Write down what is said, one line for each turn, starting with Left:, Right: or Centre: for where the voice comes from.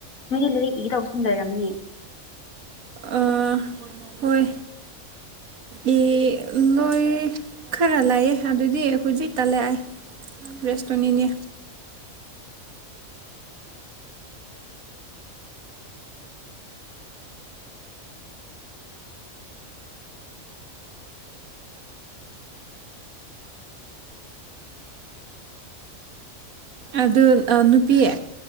Left: ꯅꯣꯏꯒꯤ ꯂꯩꯔꯤꯛ ꯏꯒꯗꯧꯕꯁꯤꯡ ꯂꯩꯔꯝꯅꯤ꯫
Right: ꯑꯥ ꯍꯣꯏ ꯑꯦ ꯎꯝ ꯅꯣꯏ ꯈꯔ ꯂꯥꯛꯑꯦ ꯑꯗꯨꯗꯤ ꯍꯧꯖꯤꯛ ꯇꯂꯦꯑꯥꯏ꯫ ꯔꯦꯁꯇꯣꯅꯤꯅꯦ꯫ ꯑꯗꯨ ꯑꯥ ꯅꯨꯄꯤꯌꯦ꯫